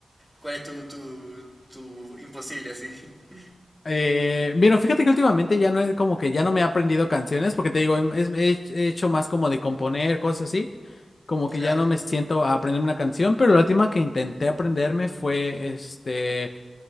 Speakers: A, in the centre; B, on the left.
A: ¿Cuál es tu, tu, tu imposible así? <laughs>
B: Eh, bueno, fíjate que últimamente ya no es como que ya no me he aprendido canciones, porque te digo, he, he hecho más como de componer, cosas así. como que
A: Claro.
B: ya no me siento a aprenderme una canción, pero la última que intenté aprenderme fue este